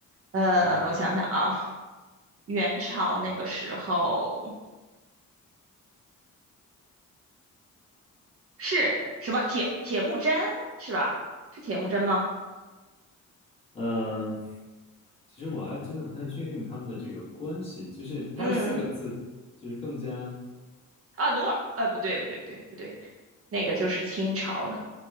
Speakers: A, on the right; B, on the left.
A: 呃，
B: 嗯。
A: 我想想啊，元朝那个时候是什么铁铁木真是吧？是铁木真吗？
B: 嗯，其实我还真的不太确定他们的这个关系，就是它是四个字，
A: 嗯，
B: 就是更加，
A: 啊，努尔，呃，不对，不对，不对，不对，那个就是清朝了。